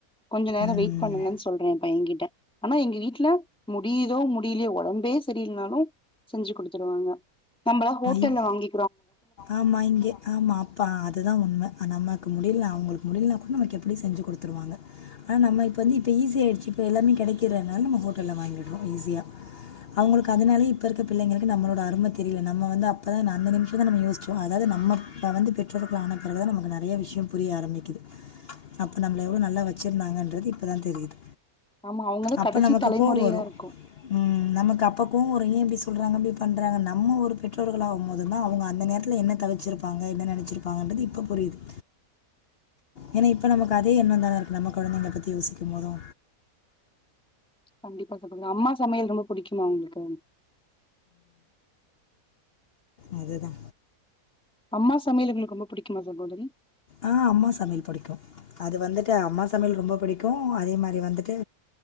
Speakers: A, in the centre; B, on the left.
A: கொஞ்ச நேர
B: ம்.
A: வெயிட் பண்ணுங்கன்னு சொல்றே எம் பையகிட்ட ஆனா எங்க வீட்ல முடியுதோ முடியலையோ ஒ டம்பே சரியில்லனாலு செஞ்சு குடுத்துருவாங்க நம்மளா ஹோட்டல்ல
B: இப்
A: வாங்கி
B: ஆமா இங்கே ஆமா அப்பா அதுதா உண்மை ஆ நமக்கு முடியல அவங்களுக்கு முடிலினா கூட நமக்கு எப்படியு செஞ்சு குடுத்துருவாங்க ஆனா நம்ம இப்ப வந்து இப்ப ஈசி ஆயிடுச்சு இப்ப எல்லாமே கெடைக்குது அதனால நம்ம ஹோட்டல்ல வாங்கிடுறோ ஈஸியா அவுங்களுக்கு அதனாலயே இப்ப இருக்க பிள்ளைங்களுக்கு நம்மளோட அரும தெரி இல்ல நம்ம வந்து அப்பதா நா அந்த நிமிஷந்தா நம்ம யோசிச்சோ அதாவது நம்ம இப்ப வந்து பெற்றோர்கள் ஆன பிறகு தா நமக்கு நறைய விஷய புரிய ஆரம்பிக்குது அப்போ நம்மள எவ்ளோ நல்லா வச்சிருந்தாங்கன்றது இப்ப தா தெரியுது
A: ஆமா அவங்கதான்
B: அப்ப
A: கடைசி
B: நமக்கு
A: தலைமுறையா
B: கோவ வரு
A: இருக்கும்
B: ம் நமக்கு அப்ப கோவ வரு அப்புறோ ஏ இப்டி சொல்றாங்க அப்டி பண்றாங்கன்னா நம்ம ஒரு பெற்றோர்களாகும் போதுதா அவுங்க அந்த நேரத்தில் என்ன தவச்சிருப்பாங்க என்ன நெனச்சிருப்பாங்கன்றது இப்போ புரியுது ஏன்னா இப்ப நமக்கு அதே எண்ணோந்தானே இருக்கு நம்ம குழந்தைகள பத்தி யோசிக்கும்போது
A: கண்டிப்பா சகோதரி அம்மா சமையல் ரொம்ப பிடிக்குமா உங்களுக்கு
B: அதுதா
A: அம்மா சமயல் உங்களுக்கு ரொம்ப புடிக்குமா சகோதரி
B: ஆ அம்மா சமயல் புடிக்கு அது வந்துட்டு அம்மா சமயல் ரொம்ப புடிக்கு அதே மாரி வந்துட்டு